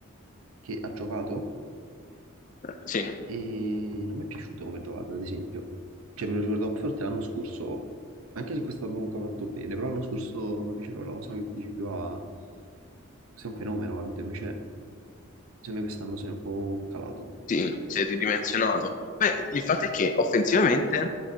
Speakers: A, on the right; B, on the left.
A: che ha giocato
B: sì.
A: e non mi è piaciuto come ha giocato, ad esempio. Cioè me lo ricordavo più forte l'anno scorso, anche se quest'anno comunque ha fatto bene, però l'anno scorso Piccolo, lo so che dici più a... sei un fenomeno, capito? Invece secondo me quest'anno se ne è un po' calato.
B: Sì, si è ridimensionato. Beh, il fatto è che offensivamente